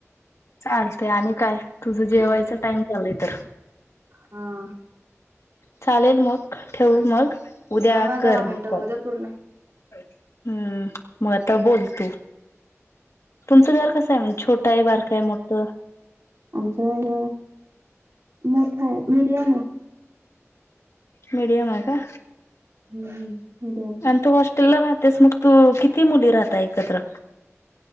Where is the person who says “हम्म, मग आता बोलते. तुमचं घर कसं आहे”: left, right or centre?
Left